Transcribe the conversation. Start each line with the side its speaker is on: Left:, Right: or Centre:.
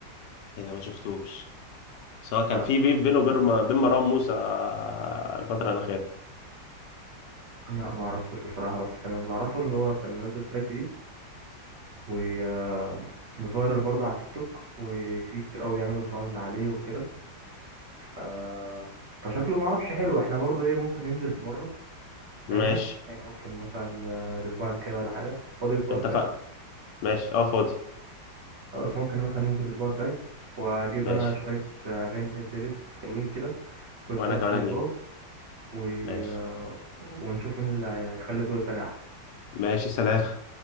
Left: اذا ما شفتوش سواء كان
Right: لا
Left: في بيف بينه وبين بين مروان موسى الفترة الأخيرة
Right: لا ما اعرفوش بصراحة بس انا اللي اعرفه اللي هو كان نزل تراك جديد وفايرال برضه على التيك توك وفي كتير قوي بيعملوا ساوند عليه وكده ف... فشكله معرفش حلو احنا برضه ايه ممكن ننزل في مرة تانية
Left: ماشي
Right: يعني ممكن مثلا آه، الأسبوع الجاي ولا حاجة فاضي الأسبوع
Left: اتفقنا
Right: الجاي
Left: ماشي اه فاضي
Right: خلاص ممكن مثلا ننزل الأسبوع الجاي وأجيب
Left: ماشي
Right: أنا شوية آه، أغاني بلاي ليست حلوين كده وأنت
Left: وانا
Right: نفس
Left: كمان
Right: النظام
Left: هجيب
Right: و...
Left: ماشي
Right: آه، ونشوف مين اللي هيخلي ذوق التاني أحلى
Left: ماشي سلام